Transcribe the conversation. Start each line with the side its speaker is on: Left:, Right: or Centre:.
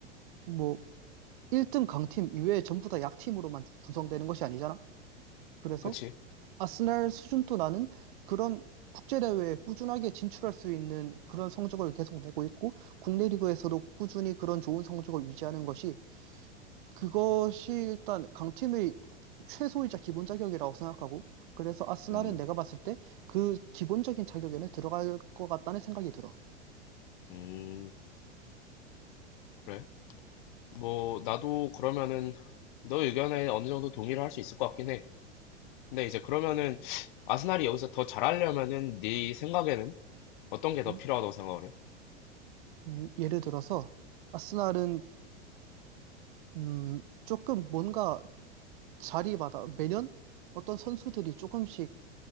Right: 뭐 1등 강팀 이외에 전부 다 약팀으로만 구성되는 것이 아니잖아. 그래서
Left: 그렇지,
Right: 아스날 수준도 나는 그런 국제대회에 꾸준하게 진출할 수 있는 그런 성적을 계속 내고 있고, 국내 리그에서도 꾸준히 그런 좋은 성적을 유지하는 것이, 그것이 일단 강팀의 최소이자 기본 자격이라고 생각하고, 그래서 아스날은
Left: 음,
Right: 내가 봤을 때 그 기본적인 자격에는 들어갈 것 같다는 생각이 들어.
Left: 음, 그래. 뭐 나도 그러면은 너 의견에 어느 정도 동의를 할 수 있을 것 같긴 해. 근데 이제 그러면은 아스날이 여기서 더 잘하려면은 네 생각에는 어떤 게 더
Right: 음?
Left: 필요하다고 생각을 해?
Right: 음, 예를 들어서, 아스날은, 음, 조금 뭔가 자리마다 매년 어떤 선수들이 조금씩